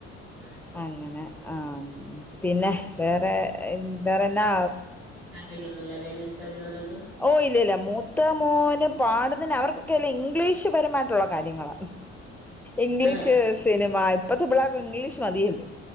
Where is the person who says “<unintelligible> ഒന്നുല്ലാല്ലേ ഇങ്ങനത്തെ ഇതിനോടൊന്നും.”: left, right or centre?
Right